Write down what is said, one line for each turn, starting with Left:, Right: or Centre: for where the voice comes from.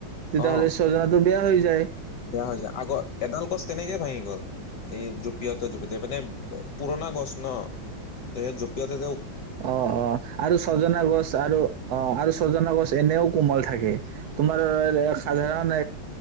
Right: তেতিয়াহ'লে
Left: অ
Right: চজনাতো বেয়া হৈ যায়
Left: বেয়া হৈ যায় আগৰ এডাল গছ তেনেকে ভাঙি গ'ল এই জঁপিয়াতে জপিয়াইতে মানে পুৰণা গছ ন ত সেই জপিয়াই
Right: অ অ আৰু ছজনা গছ আৰু অ আৰু ছজনা গছ এনেও কোমল থাকে তোমাৰ সাধাৰণ